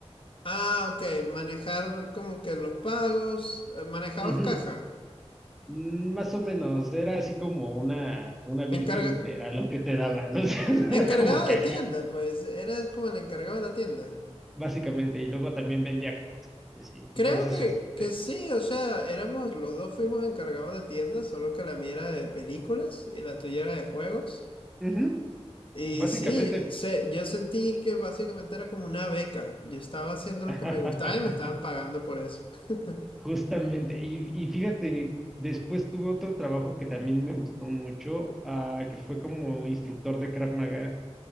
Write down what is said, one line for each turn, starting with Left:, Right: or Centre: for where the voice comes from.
Left: Ah, ok, manejar como que los pagos, eh, manejabas
Centre: Ujú.
Left: caja,
Centre: Mm, Más o menos, era así como una, una vil
Left: encarga,
Centre: cangurera lo que te daban, <laughs> o sea,
Left: encargado
Centre: era como que,
Left: de
Centre: ajá,
Left: tienda, pues eras como el encargado de la tienda.
Centre: básicamente, y luego también vendía cosas y así. Entonces,
Left: Creo que,
Centre: este,
Left: que sí, o sea, éramos, los dos fuimos encargados de tienda, solo que la mía era de películas y la tuya era de juegos.
Centre: ujú,
Left: Y
Centre: básicamente.
Left: sí, se- yo sentí que básicamente era como una beca. Yo estaba haciendo lo
Centre: <laughs>
Left: que me gustaba y me estaban pagando por eso. <laughs>
Centre: Justamente, y, y fíjate, después tuve otro trabajo que también me gustó mucho, ah, que fue como instructor de Krav Maga,